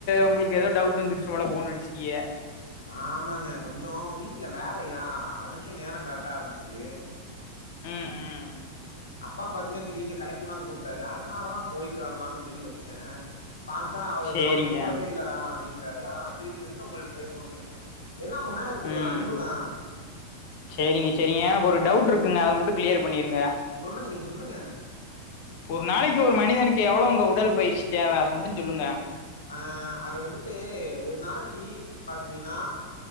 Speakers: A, on the left; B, on the left.
A: உங்களுக்கு ஏதோ டவுட் வந்துருச்சு போல போணு அடிச்சிட்டீயே
B: ஆமாங்க கொஞ்சோ வீட்டுல வேலையா அதுக்கே நேரோ கரெக்டா இருந்துச்சு
A: ம் ம்
B: அப்பா பாத்தீங்கன்ன திடீனு கடக்குவான்னு கூப்பிட்டாரு அதனாலதா போயிட்டு வரலான்னு சொல்லி வச்சே பாத்தா அவரு
A: சேரிங்க
B: நா உனய கூப்பிடவே இல்லடா அப்டின்னுட்டாரு அதனால திருப்பி வந்துட்டு உங்கள்டிட்ட பேசுவோமேன்னு எல்லா உங்க மேல இருக்கற
A: ம்
B: ஒரு அன்புதா
A: சேரிங்க சேரிங்க எனக்கு ஒரு டவுட் இருக்குங்க அத மட்டு கிளியர் பண்ணிருங்க
B: சொல்லுங்க நீங்க சொல்லுங்க
A: ஒரு நாளைக்கு ஒரு மனிதனுக்கு எவ்வளவுங்க உடல் பயிற்சி தேவை அத மட்டு சொல்லுங்க
B: அ அது வந்துட்டு ஒரு நாளைக்கி பாத்தீங்கன்னா